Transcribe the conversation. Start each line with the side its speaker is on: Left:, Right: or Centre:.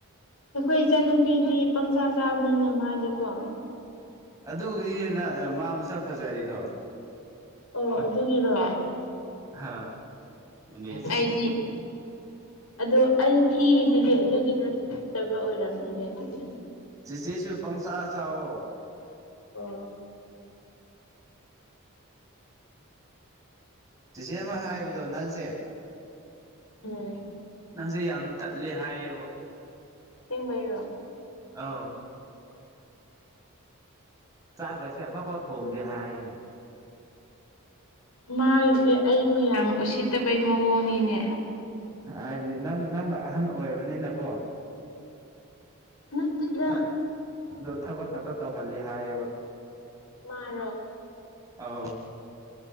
Left: ꯑꯩꯈꯣꯏ ꯏꯆꯟꯅꯨꯄꯤꯗꯤ ꯄꯪꯆꯥ ꯆꯥꯕꯅꯤꯅ ꯃꯥꯜꯂꯤꯀꯣ
Right: ꯑꯗꯨꯒꯤꯅꯤꯅꯦ ꯃꯥ ꯃꯁꯛ ꯐꯖꯔꯤꯗꯣ
Left: ꯑꯣ ꯑꯗꯨꯒꯤꯔꯣ
Right: ꯍꯥ ꯏꯅꯦ ꯆꯤꯆꯦ
Left: ꯑꯩꯗꯤ ꯑꯗꯣ ꯑꯩ ꯊꯤꯔꯤꯁꯤꯗꯤ ꯑꯗꯨꯒꯤ ꯅꯠꯇꯕ ꯑꯣꯏꯔꯝꯅꯤꯅꯦ ꯑꯗꯨꯗꯤ
Right: ꯆꯤꯆꯦꯁꯨ ꯄꯪꯆꯥ ꯆꯥꯋꯣ
Left: ꯑꯥ
Right: ꯆꯦꯆꯦ ꯑꯃ ꯍꯥꯏꯕꯗꯣ ꯅꯪꯁꯦ
Left: ꯎꯝ
Right: ꯅꯪꯁꯦ ꯌꯥꯝ ꯇꯜꯂꯦ ꯍꯥꯏꯌꯦꯕꯣ
Left: ꯁꯦꯡꯕꯩꯔꯣ
Right: ꯑꯥꯎ ꯆꯥꯛꯀꯥꯁꯦ ꯑꯃꯐꯥꯎ ꯊꯣꯡꯝꯗꯦ ꯍꯥꯏꯅꯤ
Left: ꯃꯥꯒꯤꯁꯦ ꯑꯩꯕꯨ ꯌꯥꯝ ꯎꯁꯤꯠꯇꯕꯩ ꯃꯑꯣꯡꯅꯤꯅꯦ
Right: ꯍꯥꯏꯗꯤ ꯅꯪ ꯅꯪꯅ ꯑꯍꯟ ꯑꯣꯏꯔꯕꯅꯤꯅꯀꯣ
Left: ꯅꯠꯇꯦꯗ
Right: ꯊꯥ ꯑꯗꯣ ꯊꯕꯛ ꯈꯛꯇ ꯇꯧꯍꯜꯂꯤ ꯍꯥꯏꯌꯦꯕ
Left: ꯃꯥꯔꯣ
Right: ꯑꯧ